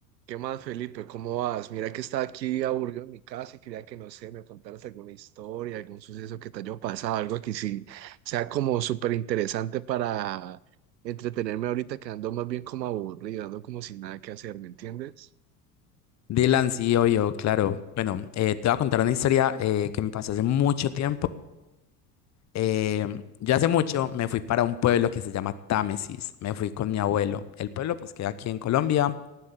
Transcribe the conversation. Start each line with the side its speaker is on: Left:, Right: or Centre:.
Right: ¿Qué más, Felipe? ¿Cómo vas? Mira que estaba aquí aburrido en mi casa y quería que, no sé, me contaras alguna historia, algún suceso que te haya pasado, algo que sí sea como súper interesante para entretenerme ahorita, que ando más bien como aburrido, ando como sin nada que hacer, ¿me entiendes?
Left: Dylan, sí, obvio, claro. Bueno, eh, te voy a contar una historia eh, que me pasó hace mucho tiempo. Eh, yo hace mucho me fui para un pueblo que se llama Támesis. Me fui con mi abuelo. El pueblo pues queda aquí en Colombia